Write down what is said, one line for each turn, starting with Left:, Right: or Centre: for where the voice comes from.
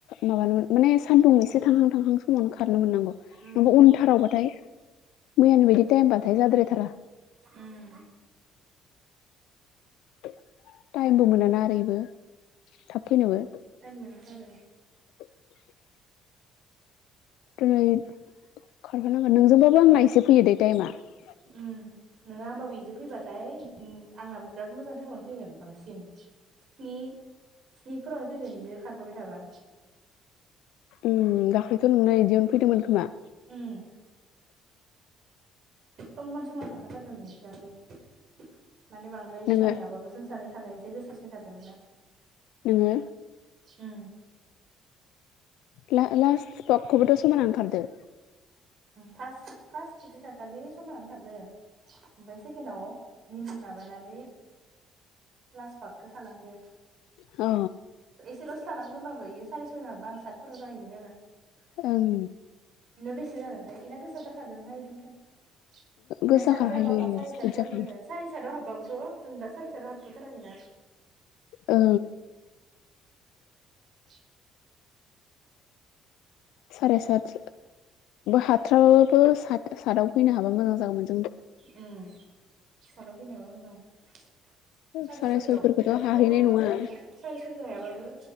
Left: माबानो माने सान्दुं एसे थांहां थांहां फुंआवनो खारनो मोननांगौ ।
Right: उम
Left: नङाबा उन थाराव बाथाय <unintelligible> मैयानो बिदि टाइमबाथाय जाद्राय थारा।
Right: उम
Left: <unintelligible> टाइमबो मोनाना ओरैबो थाब फैनोबो
Right: आरो
Left: <inaudible> दिनै खारखानांगोन। नोंजोंबाबो आंना एसे फैयो दैे टाइमा ।
Right: उ नोंङा होमबाबो बिजों फैबाथाय उ आंनाबो बिराद मोजां टाइमावनो फैगोन बांसिन ।् <unintelligible> स्निफोरा फैगोन बिजो खारफाबाय थाबा।
Left: उम दाखलिथ' नोंना बिदियावनो फैदोंमोन खोमा?
Right: उम समान समान खारखाथारदो नों <unintelligible> दाख्लै । माने बांद्राय
Left: नोङो
Right: गोसा नङाबाबो जों सानै खार एसे गोसासिनखारदो मोन ना?
Left: नोङो
Right: उम
Left: । लास पकखौबोथ' समाना ओंखारदो।
Right: फास फास केबसे खारखालि समानानो खारदो। ओमफ्राय सेकेखेनआव मिनिट माबानानै लास पाखखौ थालांदो।
Left: अ।
Right: एसेलसो थानांगोन बाबो येयो सारे- सय हाबबोआं सातफोराव जाहैगोन आरो ।
Left: ओं।
Right: बेनो बेसे जागोनथाय? बेना गोसाथार खारदोंमोनहाय इदिनखालि <unintelligible> बिना
Left: गोसा
Right: सात
Left: खारखायो
Right: जाबा आंना सारि
Left: स्पिड
Right: सात जागोन
Left: जाखायो
Right: आरो सारि साता आव हाबबाबोथ' <unintelligible> सारि सातआ हाबथ'थाराखै ना?
Left: औ।
Right: <inaudible>
Left: साराय सात हाथ्राबाबाबो साथ साटआव फैनो हाबा मोजां जागोन मोन ।
Right: उ साटाव फैनायाबा मोजां । साराइसअयआव
Left: साराय सयफोरखौथ'
Right: फैबाथ'
Left: हाहैनाय नङा
Right: बरिया साराइस'इ हायाबाबो